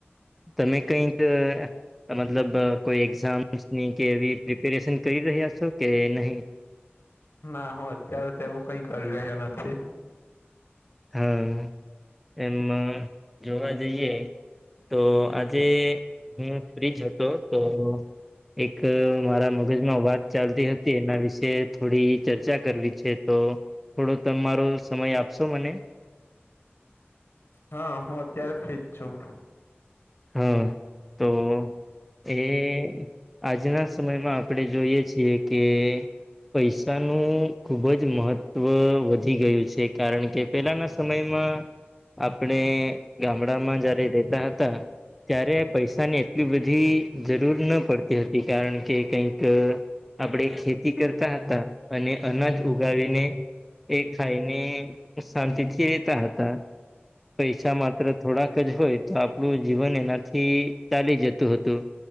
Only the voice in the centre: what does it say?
તમે કઈક મતલબ કોઈ એક્ઝામ ની કે એવી પ્રિપેરેશન કરી રહ્યા છો કે નહીં
હા એમમાં જોવા જઈએ તો આજે હું ફ્રી જ હતો તો એક મારા મગજમાં વાત ચાલતી હતી એના વિશેે થોડી ચર્ચા કરવી છે તો થોડો તમારો સમય આપશો મને
હા તો જે આજના સમયમાં આપણે જોઈએ છીએ કે પૈસાનું ખૂબ જ મહત્ત્વ વધી ગયું છે કારણ કે પેલાના સમયમાં આપણે ગામડામાં જયારે રહેતા હતા ત્યારે પૈસાની એટલી બધી જરૂર ન પડતી હતી કારણ કે કઈક આપણેે ખેતી કરતા હતા અને અનાજ ઉગાવીને એ ખાઈને શાંતિ થી રેતા હતા પૈસા માત્ર થોડાક જ હોય તો આપડું જીવન એનાથી ચાલી જતું હતું